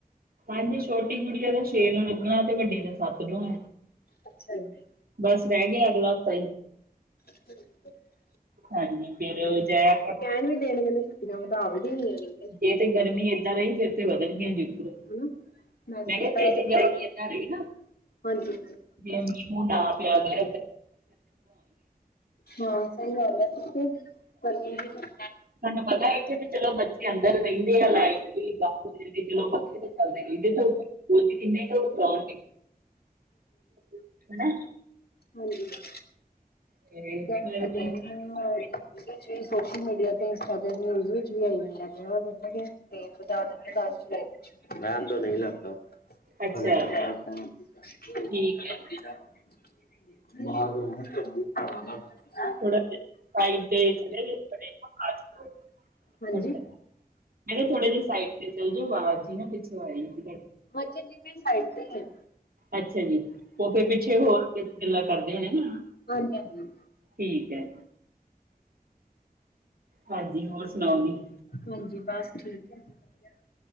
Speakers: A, on the right (about 70°); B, on the left (about 80°).
A: ਅਜ ਛੋਟੀ ਗੁੜੀਆਂ ਦਾ ਛੇ ਨੂੰ ਲੱਗਣਾ ਤੇ ਵੱਡੀ ਦਾ ਸੱਤ ਨੂੰ ਐ।
B: ਅੱਛਾ ਜੀ।
A: ਬਸ ਰੈਅ ਗਿਆ ਅਗਲਾ ਹਫ਼ਤਾ ਈ।
B: <inaudible>
A: ਹਾਂਜੀ ਫੇਰ ਜਇਆ ਕਰ।
B: ਣ ਵੀ ਦੇਣਗੇ <unintelligible> ਇਧਰੋਂ ਵਧਾ ਵੀ ਦੇਣਗੇ ਕੇਂਦੇ।
A: ਏ ਤੇ ਗਰਮੀ ਏਦਾਂ ਰਈ ਫੇਰ ਤੇ ਵਧਣਗੀਆਂ ਜ਼ਰੂਰ।
B: ਹਨਾ। ਮੈਸੇਜ
A: ਮੈਂ ਕਿਆ ਫੇਰ
B: ਤਾਂ ਹਾਂਜੀ
A: ਜੇ ਗਰਮੀ ਇਦਾਂ ਰਈ ਨਾ
B: ਹਾਂਜੀ
A: <unintelligible> ਮੁੱਢਾ ਆ ਪਿਆ ਦੈ।
B: ਹਾਂ ਸਈ ਗੱਲ ਐ ਫੇਰ ਤੇ ਗਰਮੀਆਂ ਇੱਚ ਇਦਾਂ
A: ਤੁਆਨੂੰ ਪਤੈ ਇੱਥੇ ਵੀ ਚਲੋ ਬੱ ਚੇ ਅੰਦਰ ਰਇੰਦੇ ਆ ਲਾਈਟ ਵੀ <inaudible> ਵਜੇ ਤੇ ਚਲੋ ਪੱਖੇ ਤੇ ਚੱਲਦੇ <inaudible> ਉਰ 'ਚ ਕਿੰਨੇ ਕੁ ਉਹ ਕਰਾਉਣਗੇ ਹੈਨਾ।
B: ਹੋਵੇਗਾ।
A: ਤੇ
B: <unintelligible> ਤਾਂ
A: ਮੈਂ
B: ਦੇਣਗੇ ਨਈ। <inaudible> ਔਦੇ ਇੱਚ ਵੀ, ਸੋਸ਼ਲ ਮੀਡੀਆ ਤੇ ਇੰਸਟਾ ਤੇ ਨਿਊਜ਼ ਵਿੱਚ ਵੀ ਆਈ ਜਾਂਦਾ <unintelligible> ਤੇ ਵਧਾ ਦੇਣਗੇ ਦਸ ਜੁਲਾਈ ਤੱਕ ਛੁੱਟੀਆਂ। ਰੈਣ ਦੋ ਨਈ ਲੱਭਦਾ।
A: ਅੱਛਾ
B: <unintelligible>
A: ਠੀਕ ਹੈ
B: <unintelligible>
A: ਥੋੜਾ ਸਾਈਡ ਤੇ ਛੋਟੇ ਜਾਂ ਬੜੇ ਆਜ ਕੱਲ
B: ਹਾਂਜੀ
A: ਮੈਂ ਕਿਆ ਥੋੜੇ ਜੇ ਸਾਈਡ ਤੇ ਹੋਜੋ ਆਵਾਜ਼ ਜੀ ਨਾ ਪਿੱਛੋਂ ਆਈ ਸੀ ਤਾਡੇ।
B: <inaudible> ਸਾਈਡ ਤੇ ਹੀ ਆ
A: ਅੱਛਾ ਜੀ, ਉਹ ਫੇਰ ਪਿੱਛੇ ਹੋਰ ਗੱਲਾਂ ਕਰਦੇ ਹੋਣੇ ਨਾ।
B: ਹਾਂਜੀ, ਹਾਂਜੀ।
A: ਠੀਕ ਹੈ। ਹਾਂਜੀ, ਹੋਰ ਸੁਣਾਓ ਜੀ?
B: ਹਾਂਜੀ, ਬਸ ਠੀਕ ਹੈ। ਵਧੀਆ